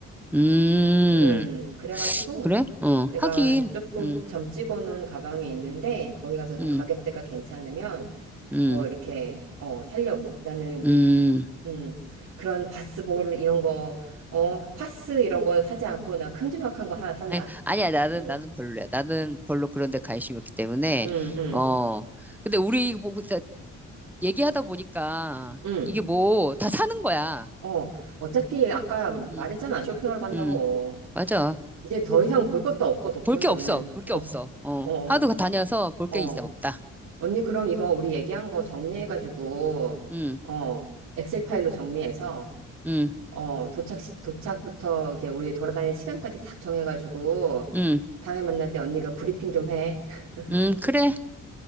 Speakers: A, in the centre; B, on the right.
A: 음,
B: 음, 그래가지고
A: 그래? 어,
B: 내가
A: 하긴,
B: 조금
A: 응,
B: 점찍어 놓은 가방이 있는데, 거기 가서 좀
A: 응,
B: 가격대가 괜찮으면
A: 응,
B: 뭐 이렇게 어 살려고 나는
A: 응.
B: 음 그런 바스볼 이런 거 어 파스 이런 거 사지 않고 나 큼지막한 거 하나 산다.
A: 아니, 아니야, 나는,
B: 음
A: 나는 별로야. 나는 별로 그런 데 관심이 없기 때문에,
B: 음 음
A: 어. 근데 우리 뭐, 진짜 얘기하다 보니까
B: 음
A: 이게 뭐, 다 사는 거야.
B: 어 어차피 아까 말했잖아
A: 응,
B: 쇼핑하러 간다고
A: 응, 맞아.
B: 이제 더 이상 볼 것도 없고 도쿄는
A: 볼 게 없어. 볼 게 없어. 어,
B: 어
A: 하도 다녀서 볼 게
B: 어, 어.
A: 이제 없다.
B: 언니 그럼 이거 우리 얘기한 거 정리해가지고
A: 응,
B: 어 엑셀 파일로 정리해서
A: 응,
B: 어, 도착, 시- 도착부터 이제 우리 돌아다닐 시간까지 싹 정해가지고
A: 응,
B: 다음에 만날 때 언니가 브리핑 좀 해. <laughs>
A: 응, 그래.